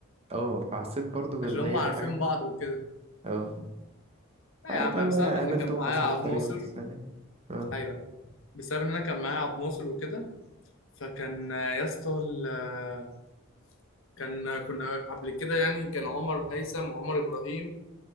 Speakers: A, on the right (about 30°); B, on the left (about 70°).
A: اه فحسيت برضه باللي
B: عشان هم
A: هي
B: عارفين
A: الحاجة دي
B: بعض وكده
A: اه
B: لا
A: عادي
B: يا عم
A: لو
B: بسبب
A: قابلتهم
B: ان كان معايا
A: مثلا
B: عبد
A: في طريقهم
B: ناصر
A: تسألني اه
B: ايوه أيوة. بسبب ان انا كان معايا عبد ناصر وكده فكان آه، يا اسطى ال- آه، كان آه، كنا قبل كده يعني كان عمر هيثم وعمر ابراهيم